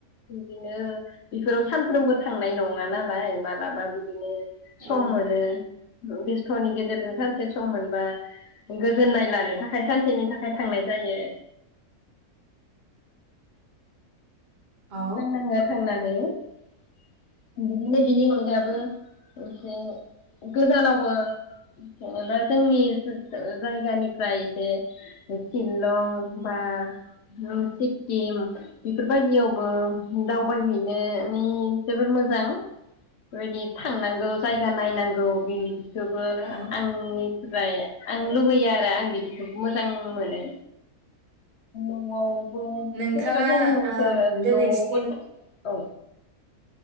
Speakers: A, on the left; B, on the right.
A: बिदिनो बिफोराव सानफ्रोमबो थांनाय नङा नालाय मालाबा बिदिनो सम
B: औ
A: मोनो बेस्थनि गेजेरजों सानसे सम मोनबा गोजोननाय लानो थाखाय सानसेनि थाखाय थांनाय जायो।
B: औ
A: मोजां नाङो थांनानै <unintelligible> बिदिनो बिनि अनगाबो एसे गोजानावबो जेनेबा जोंनि जायगानिफ्राय एसे सिलं बा ओम सिक्किम बिफोरबायदियावबो दावबायहैनानै जोबोद मोजां बेबायदि थांनांगौ जायगा नायनांगौ बि थेवबो
B: औ
A: आंनिफ्राय आं लुगैयो आरो आं बिदिखोबो मोजां मोनो। न'आवबो
B: नोंथाङा
A: जेनेबा जोङो
B: ओ
A: फो
B: दिनैसिम
A: न'आवबो थां औ।